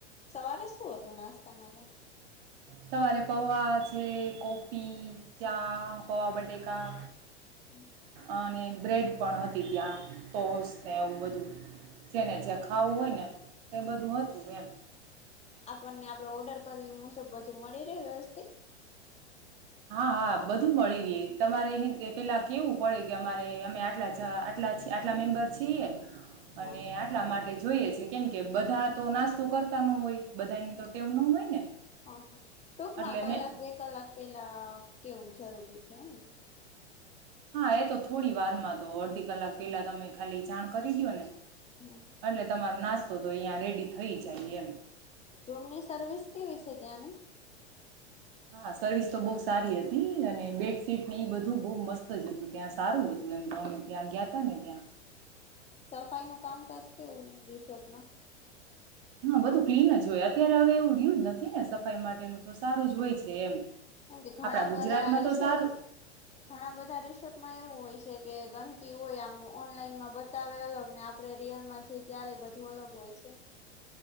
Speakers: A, on the left; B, on the right.
A: સવારે શું હતું નાસ્તામાં
B: સવારે પૌવા છે કોફી ચા પોવા બટકા
A: ત્યાં
B: અને બ્રેડ પણ હતી ત્યાં ટસ ને એવું બધું જેને જે ખાવું હોય ને એ બધું હતું કેમ
A: આપણને આપડે ઓર્ડર કરવી મુજબ બધું મળી રહે વ્યવસ્થિત
B: હા હા બધું મળી ર તમારે પેલા કેવું પડે કે અમારે અમે આટલા આટલા આટલા મેમ્બર છીએ અને
A: હા
B: આટલા માટે જોઈએ છે કેમ કે બધા તો નાસ્તો કરતા ન હોય બધાની તો ટેવ ન હોય ને
A: હા હા ટૂંકમાં
B: એટલે
A: કલાક
B: મેં
A: બે કલાક પેલા કેવું જરૂરી છેને
B: હા એ તો થોડી વારમાં તો અડધી કલાક પેલા તમે ખાલી જાણ કરી દો ને
A: હમ
B: એટલે તમારો નાસ્તો તો તો અહીંયા રેડી થઈ જાય એમ
A: રૂમની સર્વિસ કેવી છે ત્યાંની
B: હા સર્વિસ તો બહુ સારી હતી અને બેડશીટ ને એ બધું બહ મસ્ત જ હતું ત્યાં સારું હતું એમ તો અમે ત્યાં ગયા ત ને ત્યાં
A: હ સફાઈ નું કામકાજ કેવું રિસોર્ટમાં
B: હા બધું ક્લીન જ હોય અત્યારે હવે એવું રહય્યું જ નથી ને સફાઈ માટેનું તો સારું જ હોય છે એમ
A: એમ કે ઘણા
B: આપડા ગુજરાતમાં
A: બધા રિસોર્ટ
B: તો સારું
A: ઘણા બધા રિસોર્ટમાં એવું હોય કે ગંદકી હોય આમ ઓનલાઈનમાં બતાવે અલગ ને આપડણે રિયલમાં જઈ ત્યારે બધું અલગ હોય છે